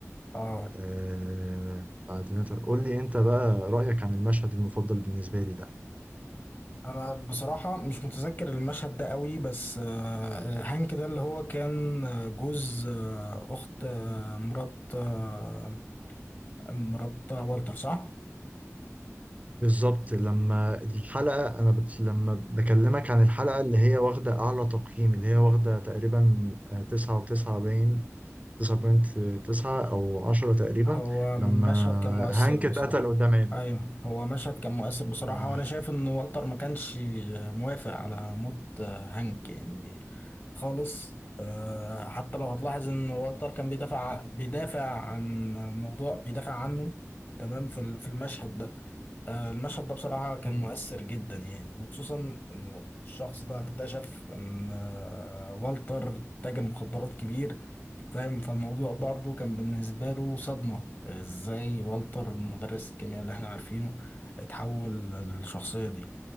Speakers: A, on the left; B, on the right.
A: اه
B: آه، بعد ما قول لي أنت بقى رأيك عن المشهد المفضل بالنسبة لي ده
A: انا بصراحة مش متذكر المشهد ده قوي بس آه، هانك ده اللي هو كان آه، جوز آه، اخت آه، مرات آه، مرات والتر صح؟
B: بالظبط لما الحلقة أنا بت... لما بكلمك عن الحلقة اللي هي واخدة أعلى تقييم اللي هي واخدة تقريبا آه، تسعة وتسعة باين تسعة بوينت تسعة أو عشرة تقريبا
A: هو
B: لما
A: مشهد كان مؤثر
B: هانك
A: بصراحة
B: اتقتل قدام عينه
A: ايوه هو مشهد كان مؤثر بصراحة
B: لما
A: وانا شايف ان والتر ما كانش موافق على موت هانك يعني خالص آه، حتى لو هتلاحظ ان والتر كان بيدافع بيدافع عن موضوع بيدافع عنه تمام في ال- في المشهد ده آه، المشهد ده بصراحة كان
B: مم.
A: مؤثر جدا يعني وخصوصا انه الشخص ده اكتشف ان آه، والتر تاجر مخدرات كبير فاهم فالموضوع برضه كان بالنسبة له صدمة ازاي والتر مدرس الكيمياء اللي احنا عارفينه اتحول للشخصية دي